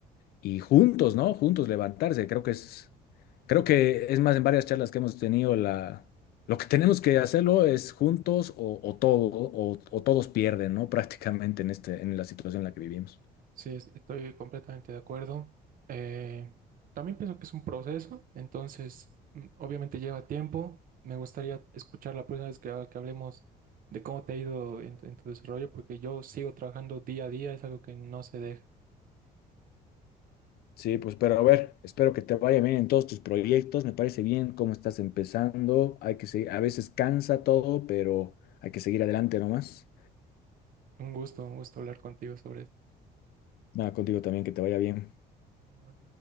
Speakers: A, on the left (about 65°); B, on the right (about 55°).
A: y juntos, ¿no? Juntos levantarse. Creo que es, creo que es más en varias charlas que hemos tenido la, lo que tenemos que hacerlo es juntos o, o todo o, o todos pierden, ¿no? <laughs> Prácticamente en este, en la situación en la que vivimos.
B: Sí, es- estoy completamente de acuerdo. Eh, también pienso que es un proceso, entonces mm, obviamente lleva tiempo. Me gustaría escuchar la próxima vez que, ha- que hablemos de cómo te ha ido en, en tu desarrollo, porque yo sigo trabajando día a día, es algo que no se deja.
A: Sí, pues, pero a ver, espero que te vaya bien en todos tus proyectos. Me parece bien cómo estás empezando. Hay que seguir, a veces cansa todo, pero hay que seguir adelante nomás.
B: Un gusto, un gusto hablar contigo sobre esto.
A: Nada, contigo también, que te vaya bien.
B: Igual.